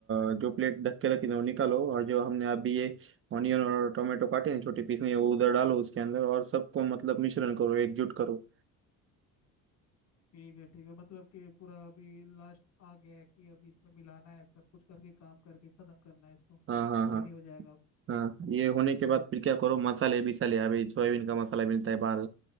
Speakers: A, on the right; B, on the left.
A: आ, जो प्लेट ढक के रखी थी वो निकालो और जो हमने अभी ये ऑनियन और टोमेटो काटे ना छोटे पीस में वो उधर डालो उसके अंदर और सबको मतलब मिश्रण करो एकजुट करो
B: ठीक है ठीक है मतलब कि पूरा अभी लास्ट आ गया है कि अभी इसमें मिलाना है सब कुछ करके काम करके खत्म करना है इसको
A: हाँ हाँ हाँ
B: रेडी हो जाएगा अब
A: हाँ ये होने के
B: जी
A: बाद
B: जी
A: फिर क्या करो मसाले बिसाले अभी सोयाबीन का मसाला मिलता है बाहर